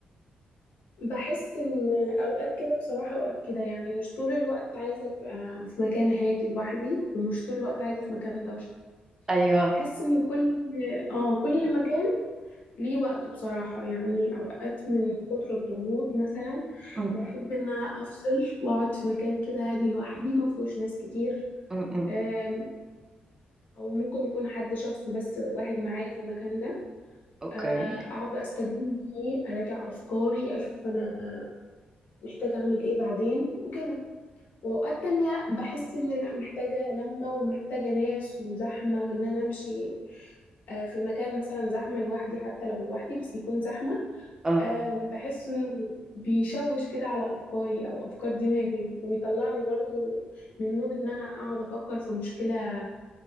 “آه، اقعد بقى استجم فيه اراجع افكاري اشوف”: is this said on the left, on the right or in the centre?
Left